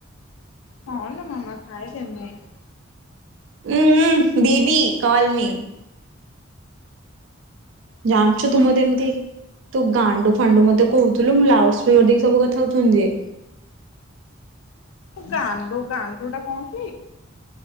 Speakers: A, on the left (about 80°); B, on the right (about 65°).
A: ହନ ମାମା ଖାଇ ଦେମି।
B: ଉଁ ଦିଦି କଲ ମି। ଜାଣିଛୁ ତୁ ମତ ଏମିତି। ତୁ ଗାଣ୍ଡୁ ଫାଣ୍ଡୁ ମତେ କହୁଥିଲୁ ମୁଁ ଲାଉଡ ସ୍ପିକରି ସବୁ କଥା ହଉଥିଲି ଯେ।
A: ଗାଣ୍ଡୁ ଗାଣ୍ଡୁ ଟା କଣ କି?